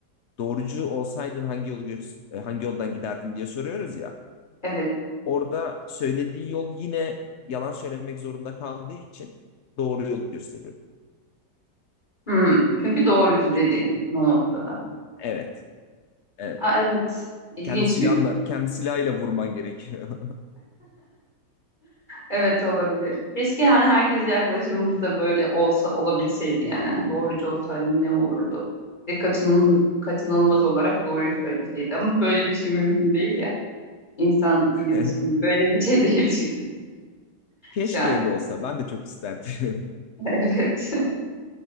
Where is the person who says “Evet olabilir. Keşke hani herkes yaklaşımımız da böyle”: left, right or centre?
Left